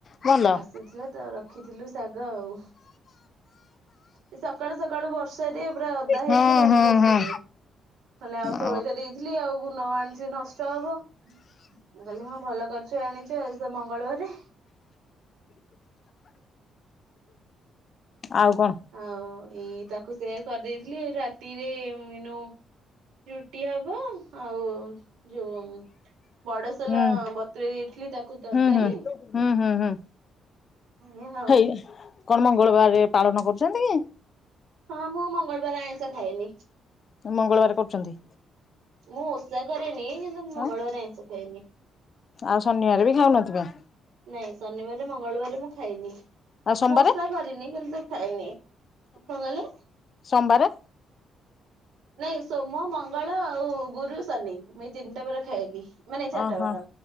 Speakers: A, on the left (about 45°); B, on the right (about 80°).
A: ଭଲ।
B: <unintelligible> ଖିଥିଲୁ ଶାଗ ଆଉ। ଏଇ ସକାଳୁ ସକାଳୁ ବର୍ଷ ର୍ଷା ରେ ପୁରା ଓଦା ହେଇକି
A: ହଁ
B: ଧରିକି
A: ହଁ
B: ଆସିଥିଲେ
A: ହଁ
B: କହିଲେ ଆଉ
A: ଅ
B: ତୋଳିତ ଦେଇଥିଲି ଆଉ ନ ଆଣିଥିଲେ ନଷ୍ଟ ହବ। ମୁଁ କହିଲି ହଁ ଭଲ କରିଛ ଆଣିଛ ଆଜି ତ ମଙ୍ଗଳବାରେ।
A: ଆଉ କଣ?
B: ଆଉ ଇ ତାକୁ ସେ କରିଦେଇଥିଲି। ରାତିରେ ଏଇନୁ ରୁଟି ହବ। ଆଉ ଯୋଉ ବଡ଼ ସୋଲା
A: ହୁଁ
B: ବତୁୁରେଇ ଦେଇଥିଲି ତାକୁ ତରକାରୀ।
A: ହୁଁ ହୁଁ ହୁଁ ହୁଁ ହୁଁ!
B: ଏଇଆ ଆଉ।
A: ହେଇବା କଣ ମଙ୍ଗଳବାରେ ପାଳନ କରୁଛନ୍ତି?
B: ହଁ ମୁଁ ମଙ୍ଗଳବାରେ ଆଇଁଷ ଖାଏନି।
A: ମଙ୍ଗଳବାର କରୁଛନ୍ତି?
B: ମୁଁ ଓଷା କରେନି କିନ୍ତୁ, ମୁଁ ମଙ୍ଗଳବାର
A: ଆଉ
B: ଆଇଁଷ ଖାଇନି।
A: ଆଉ ଶନିବାର ବି ଖାଉନଥିବେ?
B: ନାଇଁ ଶନିବାର, ମଙ୍ଗଳବାର ମୁଁ ଖାଏନି।
A: ଆଉ ସୋମବାରେ
B: ମୁଁ ଓଷା କରିନି, କିନ୍ତୁ ଖାଇନି କଣ କହିଲେ?
A: ସୋମବାର?
B: ନାଇଁ ସୋମ, ମଙ୍ଗଳ ଆଉ ଗୁରୁ, ଶନି ମୁ ଏଇ ତିନିଟା ବରରେ ଖାଏନି। ମାନେ ଏ ଚାରିଟା
A: ଓହୋ
B: ବାର